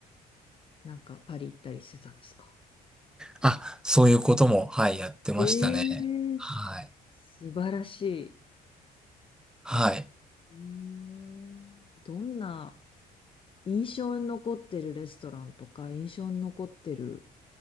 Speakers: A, on the left; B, in the centre.
A: なんかパリ行ったりしてたんですか
B: あ、そういうことも、はい、やってましたね。
A: ええ
B: はい。
A: 素晴らしい。
B: はい。
A: うーんどんな印象に残ってるレストランとか、印象に残ってる